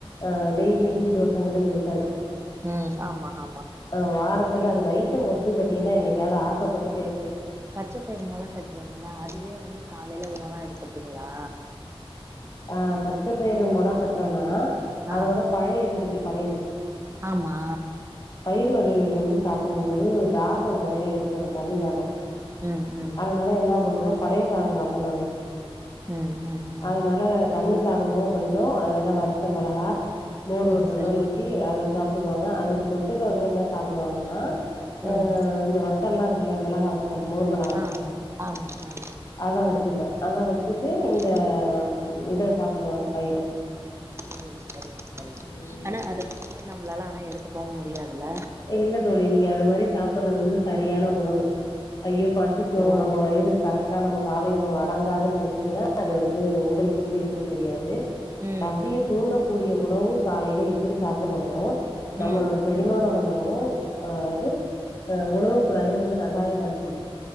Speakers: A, on the left (about 40°); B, on the right (about 25°).
A: ஆ டெய்லி இட்லி தோசங்கறது இருக்காது
B: ம் ஆமா ஆமா
A: ஆ வாரத்துல அந்த நைட்டு மோஸ்லி பாத்தீங்கன்னா என்னைக்காது ஆசைப்பட்டு கேக்கு
B: பச்சப்பயிர் மொள கட்றிங்களா அதுவே வந்து காலையில உணவா எடுத்துப்பிங்களா
A: ஆ பச்ச பயிறு மொள கட்டுறனா
B: ஆ
A: அதோட பழைய இது இருக்குல பழைய இது
B: ஆமா
A: பயிறு வகைகள் வந்து சாப்புடும் போது தாகம் நறைய ஏற்படு தண்ணி தாகோ
B: ம் ம்
A: அதனால என்னா பண்ணனு பழைய சாதோ சாப்புட்னு அன்னைக்கு
B: ம் ம் ம்
A: அதனால தண்ணி சாதமு கொஞ்சோ அதல வருத்த மிளகா மோர்
B: ம்
A: ஒரு டம்ளர்
B: சரி
A: ஊத்தி அத சாப்புடுவாங்க அதுக்கு தொட்டுக்க வந்து என்ன சாப்புடுவாங்கன்னா அ
B: ம்
A: இந்த வத்த வத்தல்லா இருக்குல மிளகா மோர்மெளகாவத்தல்
B: ஆ ஆமா ஆமா
A: அத வெச்சிருவே அத வெச்சிட்டு இந்த
B: ஓ
A: ம் இத சாப்புடுவாங்க பயிர
B: ஒ சரிங்க சரிங்க
A: ம்
B: ஆனா அது மட்டுமே நம்மளால ஆனா எடுத்துக்கவு முடியாதுல
A: இல்ல தோழி நீங்க அது மாரி சாப்புட்றது வந்து சரியான உணவு ஐயோ பசிக்கு
B: ஓ
A: நம்ம வயிறு கரெக்டா நம்ம காலை உணவு அடங்காதுன்னு நெனைச்சீங்கன்னா அது வந்து உங்களுக்கு எப்டி இருக்குன்னு தெரியாது
B: ம்
A: பசிய
B: ம்
A: தூண்டக்கூடிய உணவு காலையில எப்படி சாப்புட்றமோ நம்மளோட
B: ம் ம்
A: செரிமானம் வந் அளவு அ அதாது அ உணவு குழாயு வந்து நல்லாவே வேல செய்யு